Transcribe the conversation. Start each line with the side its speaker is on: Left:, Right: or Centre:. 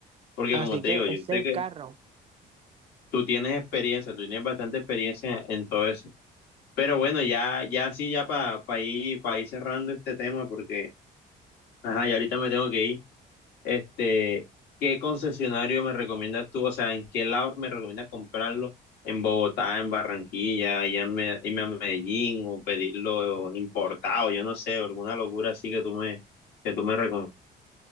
Left: Porque como
Right: Así
Left: te
Right: que
Left: digo, yo
Right: ese
Left: sé que
Right: carro.
Left: tú tienes experiencia, tú tienes bastante experiencia en todo eso. Pero bueno, ya, ya sí, ya para ir, pa ir cerrando este tema porque, ajá, ya ahorita me tengo que ir. Este, ¿qué concesionario me recomiendas tú? O sea, ¿en qué lado me recomiendas comprarlo? ¿En Bogotá, en Barranquilla, allá en Me- irme a Medellín o pedirlo importado? Yo no sé, alguna locura así que tú me, que tú me recomiendas.